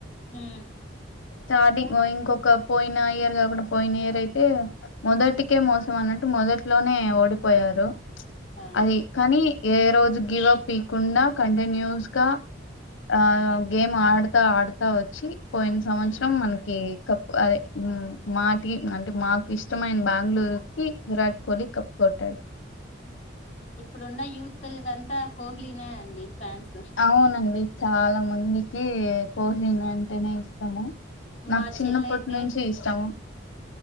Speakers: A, on the left (about 35°); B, on the left (about 75°).
A: మ్మ్
B: స్టార్టింగ్ ఇంకొక పోయిన ఇయర్ కాకుండా పోయిన ఇయర్ అయితే మొదటికే మోసం అన్నట్టు మొదట్లోనే ఓడిపోయారు
A: ఆ!
B: అది కానీ ఏ రోజు గివ్ అప్ ఇయ్యకుండా కంటిన్యూస్ గా ఆ గేమ్ ఆడతా ఆడతా వచ్చి పోయిన సంవత్సరం
A: హ్మ్.
B: మనకి కప్పు అదే మాకి అంటే మాకు ఇష్టమైన బెంగళూరుకి విరాట్ కోహ్లీ కప్ కోట్టిండు
A: ఇప్పుడున్న యూత్ వాళ్ళకి కోహ్లీనే అండి ఫాన్స్.
B: అవునండి చాలా మందికి కోహ్లీ అంటేనే ఇష్టము నాకు
A: మా
B: చిన్నప్పటి
A: చెల్లయితే
B: నుంచి ఇష్టము.